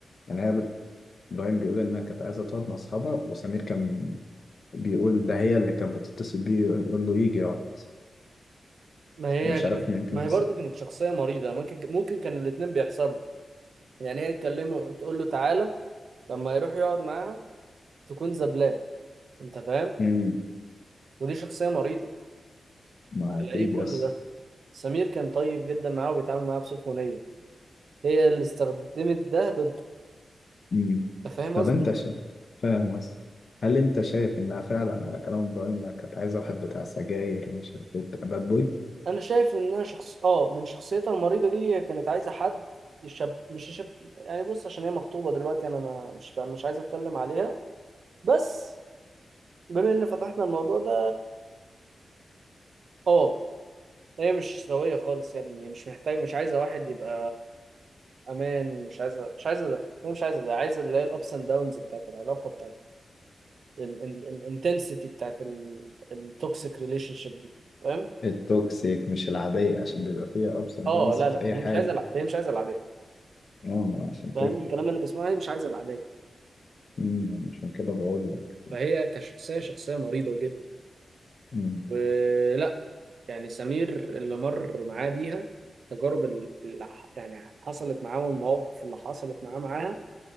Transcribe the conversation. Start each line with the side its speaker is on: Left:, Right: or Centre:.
Left: يعني هي بت... ابراهيم بيقول انها كانت عايزه تقعد مع اصحابها وسمير كان بيقول ده هي اللي كانت بتتصل بيه يقول له يجي يقعد
Right: ما هي
Left: انا مش عارف مين كان
Right: ما هي
Left: صح
Right: برضو كانت شخصية مريضة ممكن ممكن كان الاتنين بيحصلوا يعني هي تكلمه تقول له تعالى لما يروح يقعد معاها تكون زبلاه انت فاهم
Left: امم
Right: ودي شخصية مريضة
Left: ما
Right: على
Left: اكيد
Right: ايه كل
Left: يس
Right: ده سمير كان طيب جدا معاه وبيتعامل معاه بسخونية هي اللي استخدمت ده ضده
Left: مم.
Right: انت فاهم
Left: طب
Right: قصدي
Left: انت شا... فاهم قصدي هل انت شايف انها فعلا على كلام ابراهيم انها كانت عايزه واحد بتاع سجاير ومش عارف ايه وبتاع باد بوي
Right: انا شايف انها شخص اه من شخصيتها المريضة دي كانت عايزة حد يشب مش يشب يعني بص عشان هي مخطوبة دلوقتي انا ما مش مش عايز اتكلم عليها بس بما ان فتحنا الموضوع ده اه هي مش سوية خالص يا ابني هي مش محتاج مش عايزة واحد يبقى أمان مش عايزة مش عايزة ده هي مش عايزة ده عايزة اللي هي الأبس أند داونز بتاعت العلاقة بتاعت الانتنسيتي بتاعت التوكسيك ريليشن شيب دي فاهم؟
Left: التوكسيك مش العاديه عشان بيبقى فيها ابس اند
Right: اه
Left: داونز
Right: لا
Left: في
Right: لا
Left: اي
Right: هي
Left: حاجه
Right: مش عايزة الع- هي مش عايزة العادية
Left: ماما عشان
Right: فاهم
Left: تفرق
Right: الكلام اللي بسمعه هي مش عايزة العادية
Left: مم، عشان كده بقول لك
Right: فهي كشخصية شخصية مريضة جدا
Left: مم.
Right: ولا يعني سمير اللي مر معاه بيها التجارب اللي ح- يعني حصلت معاه والمواقف اللي حصلت معاه معاها